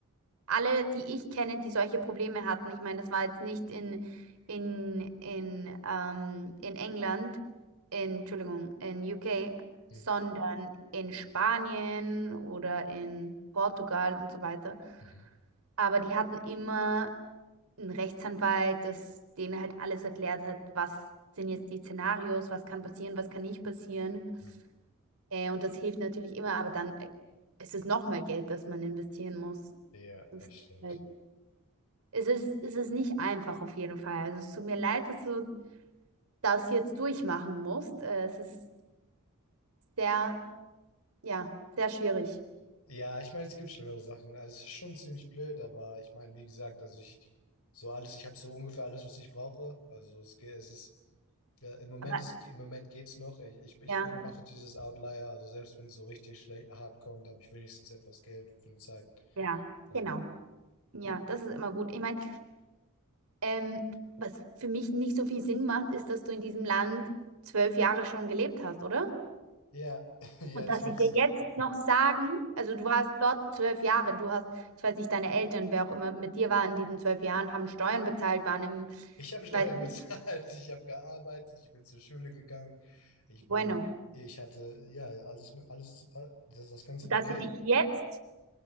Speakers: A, on the right (about 80°); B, on the left (about 80°).
A: alle, die ich kenne, die solche Probleme hatten, ich meine, das war jetzt nicht in in in ähm, in England, in, Entschuldigung, in UK,
B: hm,
A: sondern in Spanien oder in Portugal und so weiter.
B: mhm,
A: Aber die hatten immer einen Rechtsanwalt, das denen halt alles erklärt hat, was sind jetzt die Szenarios, was kann passieren, was kann nicht passieren.
B: hm.
A: Äh, und das hilft natürlich immer, aber dann äh, ist es nochmal Geld, das man investieren muss.
B: ja,
A: Das
B: das
A: ist
B: stimmt.
A: halt, es ist, es ist nicht einfach auf jeden Fall. Also es tut mir leid, dass du das jetzt durchmachen musst. Äh, es ist sehr, ja, sehr schwierig.
B: Ja, ich meine, es gibt schlimmere Sachen. Also es ist schon ziemlich blöd, aber ich meine, wie gesagt, also ich so alles, ich habe so ungefähr alles, was ich brauche. Also es geht, es ist ja, im Moment
A: Aber
B: ist, im Moment geht's noch. Ich, ich, ich
A: ja,
B: bin mache dieses Outlier, also selbst wenn es so richtig schlecht hart kommt, habe ich wenigstens etwas Geld für eine Zeit
A: ja,
B: und
A: genau. Ja, das ist immer gut. Ich meine, ähm, was für mich nicht so viel Sinn macht, ist, dass du in diesem Land zwölf Jahre schon gelebt hast, oder?
B: ja, ja, <laughs> ja,
A: Und
B: das
A: dass
B: macht
A: sie dir
B: für mich.
A: jetzt noch sagen, also du warst dort zwölf Jahre, du hast, ich weiß nicht, deine Eltern, wer auch immer mit dir war in diesen zwölf Jahren, haben Steuern bezahlt, waren im,
B: Ich habe Steuern
A: weißt du,
B: bezahlt, <laughs> ich habe gearbeitet, ich bin zur Schule gegangen, ich
A: bueno.
B: bin, ich hatte ja alles, alles, das, das ganze
A: Dass
B: Paket.
A: sie dich jetzt